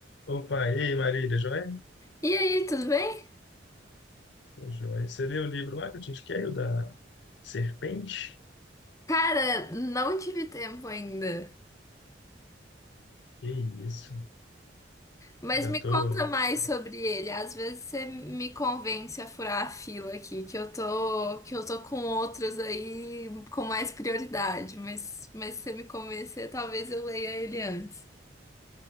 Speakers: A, on the left; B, on the left.
A: Opa, e aí, Marília, tá joia?
B: E aí, tudo bem?
A: Tô joia. Você leu o livro lá que eu te indiquei, o da Serpente?
B: Cara, não tive tempo ainda.
A: Que isso,
B: Mas
A: já
B: me
A: tô...
B: conta mais
A: já
B: sobre
A: tô-
B: ele. Às vezes você me convence a furar a fila aqui, que eu tô, que eu tô com outros aí com mais prioridade, mas, mas se você me convencer, talvez eu leia ele antes.